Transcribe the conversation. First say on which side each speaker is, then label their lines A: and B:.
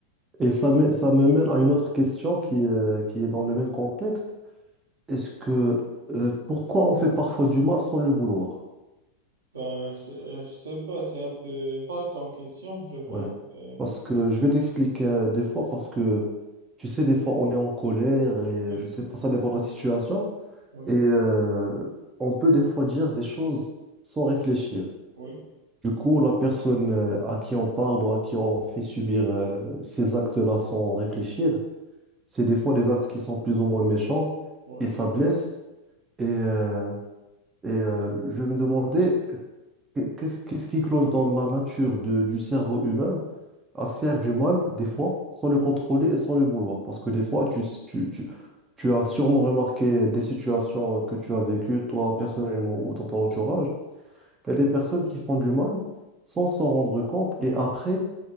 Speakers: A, on the right; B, on the right.
A: Et ça me, ça me mène à une autre question qui, euh, qui est dans le même contexte. Est-ce que euh, pourquoi on fait parfois du mal sans le vouloir?
B: Ben, je sais, euh, je sais pas, c'est un peu vague comme question, je pense.
A: Ouais.
B: Euh,
A: Parce que je vais t'expliquer euh, des fois, parce que tu sais, des fois on est en colère et
B: Hmm
A: euh, je sais pas, ça dépend de la situation.
B: oui,
A: Et euh, on peut des fois dire des choses sans réfléchir.
B: oui,
A: Du coup, la personne euh, à qui on parle ou à qui on fait subir euh, ces actes-là sans réfléchir, c'est des fois des actes qui sont plus ou moins méchants
B: ouais.
A: et ça blesse. Et, euh, et euh, je me demandais, qu- qu'est-ce, qu'est-ce qui cloche dans la nature de- du cerveau humain à faire du mal, des fois, sans le contrôler et sans le vouloir? Parce que des fois, tu, tu, tu, tu as sûrement remarqué des situations que tu as vécues, toi, personnellement, ou dans ton entourage. Il y a des personnes qui font du mal sans s'en rendre compte et après,